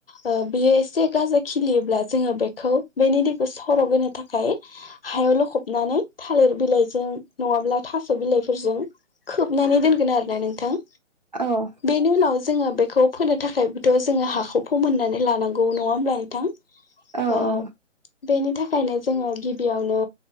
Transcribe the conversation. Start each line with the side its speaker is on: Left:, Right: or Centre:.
Left: ओ बियो एसे गाजा खिलियोब्ला जोङो बेखौ बेनि दैखौ सर' होनो थाखाय हायाव लखबनानै थालिर बिलाइजों नङाब्ला थास' बिलाइफोरजों खोबनानै दोनगोन आरोना नोंथां।
Right: औ
Left: बेनि उनाव जोङो बेखौ फोनो थाखायथ' जोङो हाखौ फोमोननानै लानांगौ नङा होमब्ला नोंथां?
Right: औ
Left: ओ
Right: औ
Left: बेनि थाखायनो जोङो गिबियावनो